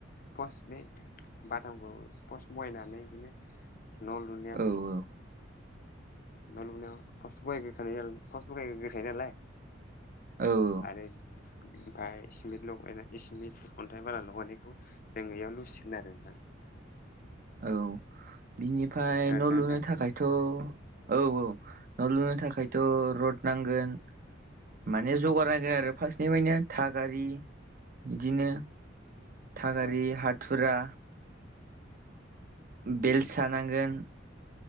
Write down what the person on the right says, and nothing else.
औ औ
औ
औ बिनिफ्राय
न' लुनो
थाखायथ औ औ न' लुनो थाखायथ रड नांगोन माने जगारानांगोन आरो फार्स्टनिफ्रायनो थागारि इदिनो थागारि
हाथुरा बेलसा
नांगोन